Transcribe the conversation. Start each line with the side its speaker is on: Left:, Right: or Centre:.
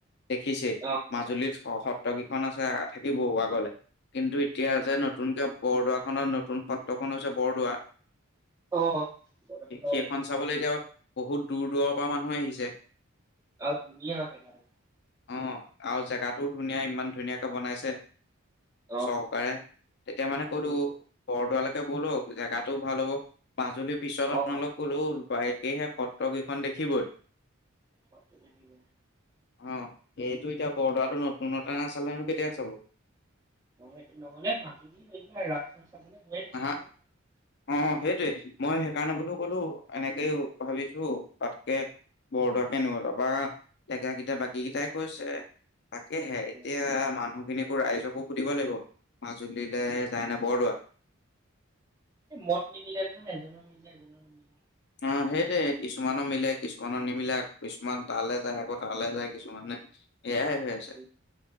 Left: দেখিছেই
Right: অ', অ'।
Left: মাজুলীত সত্ৰ
Right: অ',
Left: কেইখন আছে থাকিব আগলে কিন্তু এতিয়া যে নতুনকে বৰদোৱা খনত নতুন স - তখন হৈছে বৰদোৱা।
Right: অ', বৰদোৱাখন চাব
Left: সেইখন
Right: পাৰিব
Left: চাবলৈ এতিয়া বহুত দূৰ দূৰৰ পৰা মানুহ আহিছে।
Right: আৰু ধুনীয়া আছে জেগাটো।
Left: অ আৰু জেগাটোও ধুনীয়া ইমান ধুনীয়াকে বনাইছে।
Right: অ'।
Left: চৰকাৰে তেতিয়া মানে ক'লো,
Right: উম,
Left: বৰদুৱালৈকে বলক জেগাটোও ভাল হ'ব, মাজুলীৰ পিছত
Right: অ',
Left: আপোনালোক ক'লো ব- সেয়েহে সত্ৰকেইখন দেখিবই।
Right: <unintelligible>
Left: অ এইটো এতিয়া বৰদোৱা নতুনতে নাচালনো কেতিয়া চাব।
Right: <unintelligible> থাকে
Left: আহ
Right: নহয়।
Left: অ সেই, মই সেইকাৰণে বুলিও কলো এনেকেই ভাবিছো তাতকে বৰদোৱা কেনহ তপা ডেকা কেইটা বাকী কেইটাই কৈছে তাকেহে এতিয়া
Right: উম।
Left: মানুহখিনিক ৰাইজকো সুধিব লাগিব মাজুলীলৈ যায় নে বৰদোৱা।
Right: মত নিমিলেখন এজো মিলে এজো নিমিলে <unintelligible>
Left: অ সেইটোৱে কিছুমানৰ মিলে, কিছুমানৰ নিমিলে কিছুমান তালৈ যায় আকৌ তালে যায় কিছুমানে। সেয়াই হৈ আছে।
Right: উম,